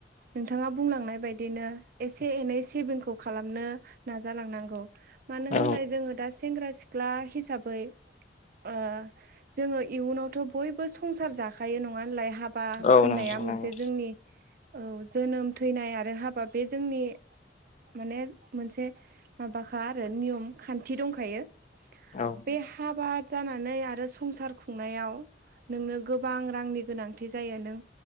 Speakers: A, on the right; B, on the left.
A: नोंथाङा बुंलांनाय बायदिनो एसे एनै सेभिंखौ खालामनो नाजालांनांगौ। मानो
B: औ
A: होनलाय जोङो दा सेंग्रा सिख्ला हिसाबै ओ जोङो इयुनावथ बयबो संसार जाखायो नङा होनलाय हाब बा
B: औ
A: होननाया
B: नंगौ
A: मोनसे
B: नंगौ
A: जोंनि औ जोनोम थैनाय आरो हाबा बे जोंनि माने मोनसे माबाखा आरो नियम खान्थि दंखायो।
B: औ।
A: बे हाबाद जानानै आरो संसार खुंनायाव नोंनो गोबां रांनि गोनांथि जायो नों